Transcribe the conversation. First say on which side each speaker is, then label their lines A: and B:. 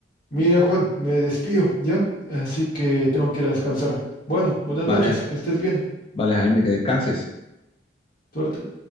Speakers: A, on the left; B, on the left.
A: Mira, Juan, me despido, ¿ya? Así que tengo que ir a descansar. Bueno, buenas
B: Vale,
A: noches, que estés bien.
B: vale, Jaime, que descanses.
A: Suerte.